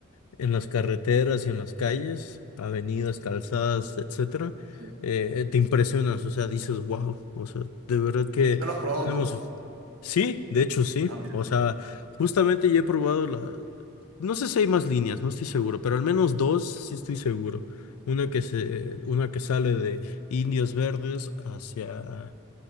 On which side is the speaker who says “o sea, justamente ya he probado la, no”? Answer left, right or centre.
Left